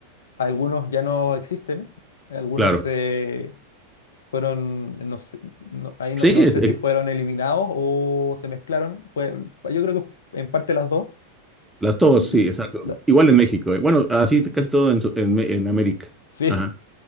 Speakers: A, on the left; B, in the centre.
A: algunos ya no existen, algunos
B: Claro.
A: se fueron, no sé, no, ahí no,
B: Sí,
A: no
B: es-
A: sé
B: eh,
A: si fueron eliminados o se mezclaron, pues yo creo que en parte las dos.
B: las todos,
A: Y
B: sí, exacto.
A: la-
B: Igual en México, eh. Bueno, así casi todo en, su- en, Me- en América.
A: sí,
B: Ajá.